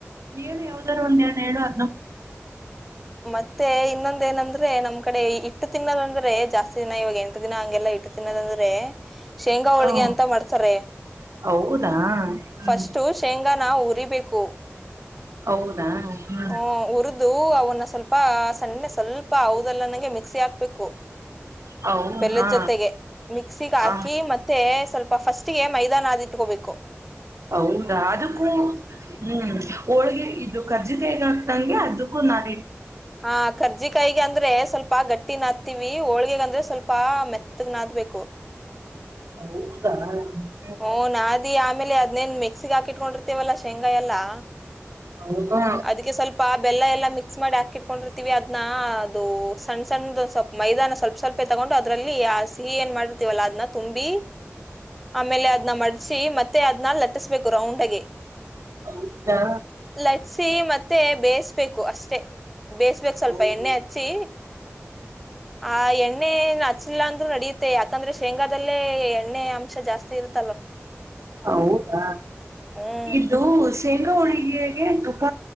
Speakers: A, on the right (about 80°); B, in the centre.
A: ಏನು ಯಾವ್ದಾರೂ ಒಂದ್ ಹೇಳುವ
B: ಮತ್ತೆ ಇನ್ನೊಂದ ಏನಂದ್ರೆ ನಮ ಕಡೆ ಇಟ್ಟು ತಿನ್ನದಂದ್ರೆ ಜಾಸ್ತಿ ದಿನ ಇವಾಗ ಎಂಟು ದಿನ ಹಂಗೆಲ್ಲ ಇಟ್ಟು ತಿನ್ನದಂದ್ರೆ ಶೇಂಗಾ ಹೋಳ್ಗೆ
A: ಹಾ
B: ಅಂತ ಮಾಡ್ತಾರೆ
A: ಹೌದಾ ಹ್ಮ್
B: ಫಸ್ಟು ಶಂಗಾ. ಶೇಂಗಾ ನಾವು ಉರಿಬೇಕು-
A: ಹೌದಾ. ಹ್ಮ್
B: ಹ ಉರುದು ಅವನು ಇನ್ನ ಸ್ವಲ್ಪ ಸಣ್ಣೆ ಸ್ವಲ್ಪ ಹೌದಲ್ವಾ ನನಂಗೆ ಮಿಕ್ಸಿ ಹಾಕ್ಬೇಕು.
A: ಹೌ
B: ಬೆಲ್ಲದ
A: ಹಾ
B: ಜೊತೆಗೆ ಮಿಕ್ಸಿಗೆ
A: ಹ
B: ಹಾಕಿ ಮತ್ತೆ ಸ್ವಲ್ಪ. ಫಸ್ಟ್ ಗೆ ಮೈದಾ ನಾದ್ ಇಟ್ಕೋಬೇಕು.
A: ಹೌದಾ ಅದಕ್ಕೂ ಹ್ಮ್ ಹೋಳಗೆ ಇದು ಕರ್ಜಿಕ ಈಗ ನಂಗೆ ಅದುಕ್ಕೂ ನಾದಿ
B: ಹಾ ಕರ್ಜಿಕಾಯಿಗೆ ಅಂದ್ರೆ ಸ್ವಲ್ಪ ಗಟ್ಟಿನ ಹತೀವಿ ಹೋಳ್ಗಗ ಅಂದ್ರೆ ಸ್ವಲ್ಪ ಮೆತ್ತಗ್ ನಾದಬೇಕು
A: ಹೌದಾ ಆ
B: ಓ ನಾದಿ ಆಮೇಲೆ ಅದ್ನೇನ್ ಮೆಕ್ಸಿ ಹಾಕಿ ಇಕೊಂಡಿರ್ತೇವಲ್ಲಾ ಶೇಂಗಾ ಎಲ್ಲಾ
A: ಹೌದಾ
B: ಅದಕ್ಕೆ ಸ್ವಲ್ಪ ಆ ಬೆಲ್ಲ ಎಲ್ಲಾ ಮಿಕ್ಸ್ ಮಾಡಿ ಹಾಕಿಟ್ಕೊಂಡ್ರಿ ವಿ ಅದ್ನಾ ಅದು ಸಣ್ಣ ಸಣದು ಸ್ವಲ್ಪ್ ಮೈದಾನ ಸ್ವಲ್ಪ ಸ್ವಲ್ಪೇ ತಗೊಂಡು ಅದ್ರಲ್ಲಿ ಆ ಸಿಹಿ ಏನ್ ಮಾಡಿರ್ತೀವಲ್ಲಾ ಅದ್ನ ತುಂಬಿ ಆಮೇಲೆ ಅದನ್ನ ಮಡಸಿ ಮತ್ತೆ ಮತ್ತೆ ಅದ್ನಲ್ ಲಟ್ಟಿಸ್ಬೇಕು ರೌಂಡ್ಗೆ
A: ಹೌದಾ
B: ಲಟ್ಸಿ ಮತ್ತೆ ಮತ್ತೆ ಬೇಯಿಸಬೇಕು ಅಷ್ಟೇ ಬೇಯಸ್ಬೇಕು ಸ್ವಲ್ಪ
A: ಹೌದು
B: ಎಣ್ಣೆ ಹಚ್ಚಿ ಆ ಎಣ್ಣೆ ಹಚ್ಚಿಲ್ಲ ಅಂದ್ರರು ನಡಿಯುತ್ತೆ ಯಾಕಂದ್ರೆ ಶೇಂಗಾದಲ್ಲೇ ಎಣ್ಣೆ ಅಂಶ ಜಾಸ್ತಿ ತಿರು <unintelligible>
A: ಹೌದಾ
B: ಹ್ಮ್
A: ಇದು ಶೇಂಗಾ ಹೋಳಿಗೆಗೆ ತುಪ್ಪ